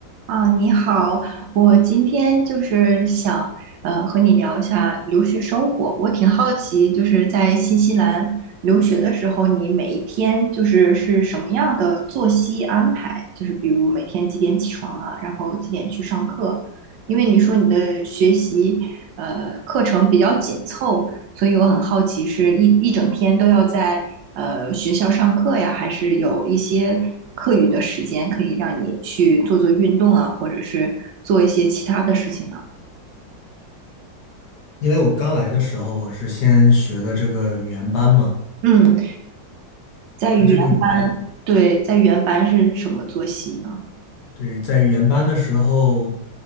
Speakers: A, on the right; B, on the left.
A: 啊，你好，我今天就是想呃和你聊一下留学生活。我挺好奇，就是在新西兰留学的时候，你每一天就是是什么样的作息安排？就是比如每天几点起床啊，然后几点去上课？因为你说你的学习呃课程比较紧凑，所以我很好奇，是一一整天都要在呃学校上课呀，还是有一些课余的时间可以让你去做做运动啊，或者是做一些其他的事情呢？
B: 因为我刚来的时候，我是先学的这个语言班嘛。
A: 嗯，在语言班，
B: 他这个语言，
A: 对，在语言班是什么作息呢？
B: 对，在语言班的时候，